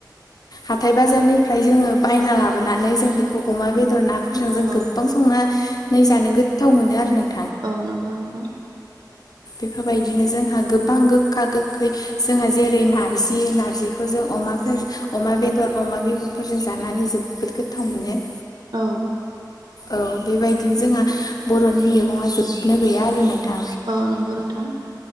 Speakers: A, on the left; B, on the right.
A: हाथाइ बाजारनि फ्राय जोङो बायना लाबोनानै जों बेखौ अमा बेदर नाफोरजों जों
B: औ
A: गोबां संना नै जानो गोथाव मोनो आरो नों
B: औ नंगौ नोंथां
A: बेफोरबायदिनो जोंहा गोबां गोखा गोखै जोंहा जेरै नारजि नारजिखौ जों अमा अमा बेदर अमा बेदरफोरजों जानानै जोबोद गोथाव मोनो
B: औ
A: औ बेबायदिनो जोंहा बर'नि मैगङा जोबनो गैया आरो नोंथां।
B: औ नंगौ नोंथां